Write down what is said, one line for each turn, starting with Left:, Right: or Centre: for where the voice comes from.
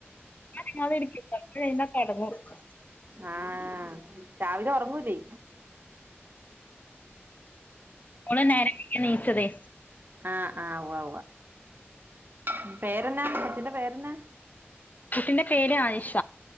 Left: അനങ്ങാതിരിക്കും കൊർച്ച് കഴിഞ്ഞാ കെടെന്നുറങ്ങും
Right: ആഹ് രാവിലെ ഒറങ്ങാേല്
Left: ഓള് നേരം വെയ്കീട്ടാ നീച്ചതേ
Right: ആഹ് ആഹ് ഉവ്വാ ഉവ്വ് പേരെന്നാ കൊച്ചിന്റെ പേരെന്നാ
Left: കുട്ടിന്റെ പേര് ആയിഷ